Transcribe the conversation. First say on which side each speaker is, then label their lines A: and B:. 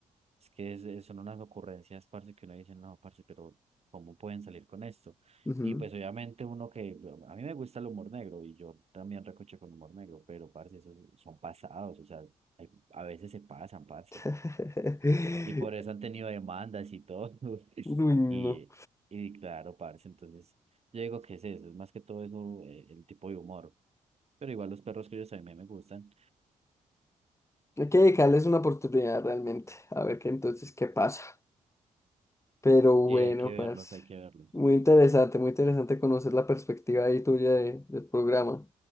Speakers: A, on the right; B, on the left.
A: Es que es- es- son unas ocurrencias, parce, que uno dice, no, parce, pero ¿cómo pueden salir con esto?
B: ujú.
A: Y pues obviamente uno que, bueno, a mí me gusta el humor negro y yo también recoche con humor negro, pero parce, esos son pasados, o sea, hay- a veces se pasan, parce.
B: <laughs>
A: Y por eso han tenido demandas y todo. <laughs>
B: Uy, no.
A: Y, y claro, parce, entonces yo digo que es eso, es más que todo eso, eh, el tipo de humor. Pero igual los perros que ellos también me gustan
B: Hay que dedicarles una oportunidad realmente, a ver qué entonces qué pasa. Pero bueno,
A: y hay que verlos,
B: pues
A: hay que verlos.
B: muy interesante, muy interesante conocer la perspectiva ahí tuya de- del programa.